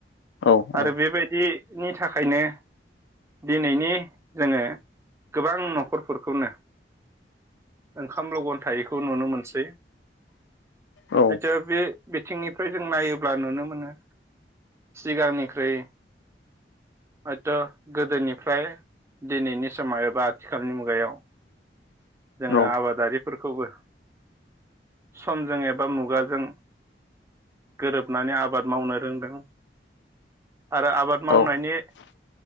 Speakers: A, on the left; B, on the right.
A: औ औ
B: आरो बेबायदि नि थाखायनो दिनैनि जोङो गोबां न'खरफोरखौनो ओंखाम लगन थायैखौ नुनो मोनसै
A: औ
B: हथ' बे बिथिंनिफ्राय जों नायोब्ला नुनो मोनो सिगांनिख्रुइ हयथ' गोदोनिफ्राय दिनैनि समाव एबा आथिखालनि मुगायाव जोङो
A: औ
B: आबादारि फोरखौबो समजों एबा मुगाजों गोरोबनानै आबाद मावनो रोंदों। आरो आबाद मावनायनि
A: औ